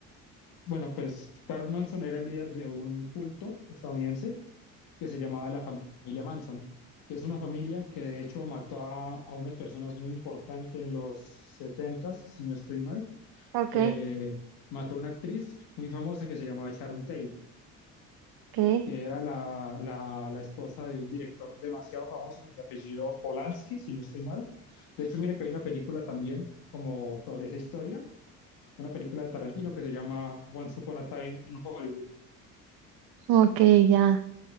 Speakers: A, on the left; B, on the right.
A: Bueno, pues Charles Manson era el líder de un culto estadounidense que se llamaba la familia Manson, que es una familia que de hecho mató a, a unas personas muy importantes en los setentas si no estoy mal,
B: Ok,
A: que mató a una actriz muy famosa que se llamaba Sharon Tate.
B: ok.
A: que era la, la, la esposa de un director demasiado famoso, de apellido Polanski, si no estoy mal. De hecho, mire que hay una película también como sobre esa historia, una película de Tarantino que se llama Once Upon a Time in Hollywood.
B: Ok, ya.